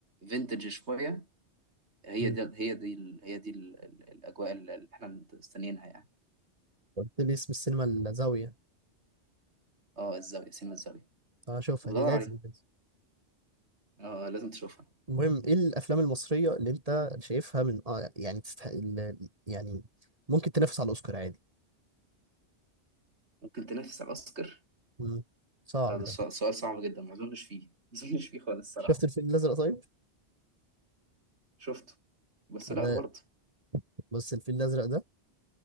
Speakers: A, on the right (about 75°); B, on the right (about 30°).
A: فينتج شويه هي
B: مم.
A: دي هي دي ال- هي دي ال- ال- الاجواء اللي احنا مستنيينها يعني
B: قلت لي اسم السينما الزاويه
A: اه الزاويه سينما الزاويه
B: هشوفها
A: بدور
B: دي لازم
A: عليها
B: لازم
A: اه لازم تشوفها
B: المهم ايه الافلام المصريه اللي انت شايفها من اه يعني تستحق ال- يعني ممكن تنافس على الاوسكار عادي
A: ممكن تنافس على الاوسكار
B: مم. صعب
A: لا ده سؤال
B: ده
A: سؤال صعب جدا ما اظنش فيه <laughs> ما اظنش فيه خالص الصراحه
B: شفت الفيل الازرق طيب
A: شفته بس لا
B: ده
A: برضه
B: بص الفيل الازرق ده